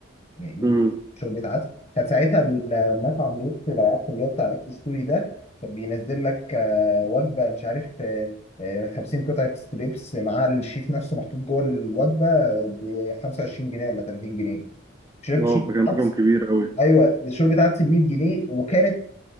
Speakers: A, on the left (about 30°); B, on the right (about 15°).
A: يعني
B: امم
A: شوربة عدس كانت ساعتها المطعم لطفي العراق اللي هو بتاع الأكل السوري ده كان بينزل لك آه، وجبة مش عارف آه، آه، 50 قطعة ستريبس مع الشيف نفسه محطوط جوه الوجبة ب 25 جنيه ولا 30 جنيه شربت
B: اه
A: شوربة
B: فكان رقم
A: عدس
B: كبير قوي
A: أيوه دي شوربة عدس ب 100 جنيه وكانت